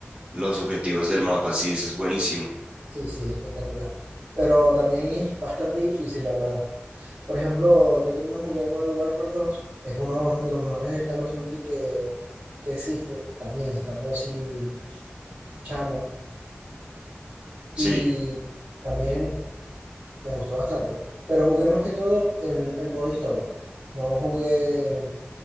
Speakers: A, on the right (about 30°); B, on the right (about 75°).
A: los objetivos del mapa. Sí, ese es buenísimo.
B: Sí, sí, espectacular. Pero también es bastante difícil, la verdad. Por ejemplo, yo también jugué el Modern Warfare dos Es uno de los mejores Call of Duty que, que existe. También estando así chamo.
A: Sí.
B: Y también me gustó bastante. Pero jugué más que todo el, el modo historia. No jugué,